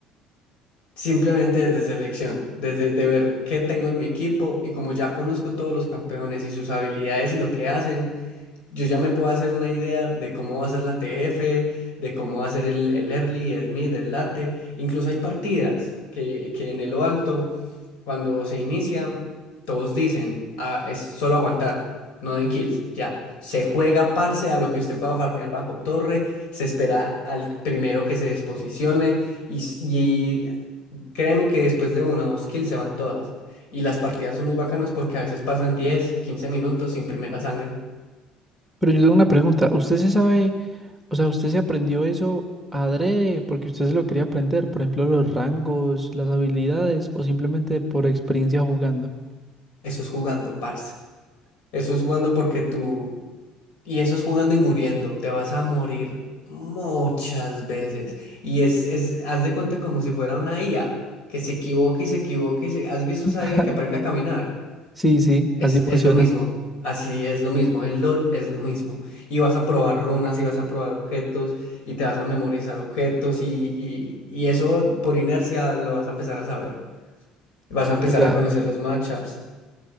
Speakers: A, on the left; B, in the centre.
A: Simplemente desde selección, desde de ver qué tengo en mi equipo y como ya conozco todos los campeones y sus habilidades y lo que hacen, yo ya me puedo hacer una idea de cómo va a ser la TF, de cómo va a ser el, el early, el mid, el late. Incluso hay partidas que, que en el lo alto, cuando se inicia, todos dicen, "Ah, es solo aguantar, no den kills, ya. Se juega parce a lo que usted pueda farmear bajo torre, se espera al primero que se desposicione. Y, s- y Créeme que después de una o dos kills se van todas. Y las partidas son muy bacanas porque a veces pasan 10, 15 minutos sin primera sangre.
B: yo tengo una pregunta. ¿Usted se sabe, o sea, usted se aprendió eso adrede porque usted se lo quería aprender? Por ejemplo, los rangos, las habilidades o simplemente por experiencia jugando.
A: Eso es jugando, parce. Eso es jugando porque tú... Y eso es jugando y muriendo. Te vas a morir muchas veces. Y es, es, haz de cuenta como si fuera una IA, que se equivoca y se equivoca y se... ¿Has visto esa
B: <laughs>
A: IA que aprende a caminar?
B: Sí, sí,
A: Es,
B: así funciona.
A: es lo mismo, así es lo mismo, en LOL es lo mismo. Y vas a probar runas y vas a probar objetos y te vas a memorizar objetos y, y, y eso por inercia lo vas a empezar a saber. Vas a empezar
B: Oiga,
A: a conocer los matchups.